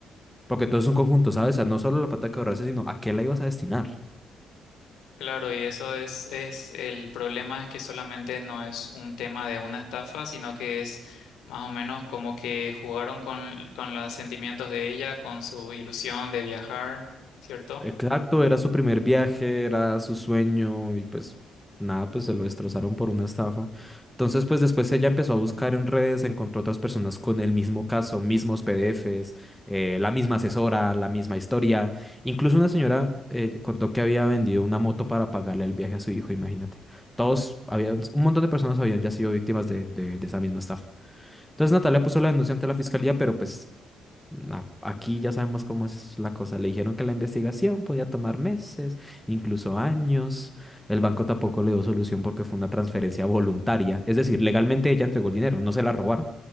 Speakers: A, in the centre; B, on the left.
A: Porque todo es un conjunto, ¿sabes? O sea, no solo la plata que ahorraste, sino a qué la ibas a destinar.
B: claro, y eso es, es el problema es que solamente no es un tema de una estafa, sino que es más o menos como que jugaron con, con los sentimientos de ella, con su ilusión de viajar, ¿cierto?
A: Exacto, era su primer viaje, era su sueño y pues nada, pues se lo destrozaron por una estafa. Entonces, pues después ella empezó a buscar en redes, encontró otras personas con el mismo caso, mismos PDFs, eh, la misma asesora, la misma historia. Incluso una señora eh, contó que había vendido una moto para pagarle el viaje a su hijo, imagínate. Todos, había, un montón de personas habían ya sido víctimas de, de de esa misma estafa. Entonces Natalia puso la denuncia ante la fiscalía, pero pues a- aquí ya sabemos cómo es la cosa. Le dijeron que la investigación podía tomar meses, incluso años. El banco tampoco le dio solución porque fue una transferencia voluntaria. Es decir, legalmente ella entregó el dinero, no se la robaron.